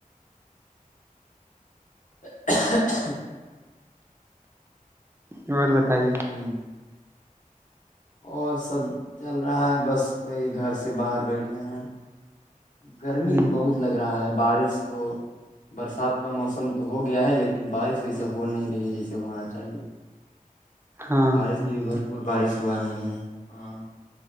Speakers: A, on the left (about 60°); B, on the right (about 15°).
A: <inaudible>
B: اور تو بتائیے
A: ہ اور سب چل رہا ہے بس وہی گھر سے باہر بیٹھے ہیں گرمی
B: ہ
A: بہت لگ رہا ہے بارش تو برسات کا موسم تو ہو گیا ہے لیکن بارش ویسے ہو نہیں رہی ہے جیسے ہونا چاہیے
B: ہاں
A: بارش
B: ہاں
A: سے بھی بھرپور بارش ہوا نہیں ہے ہاں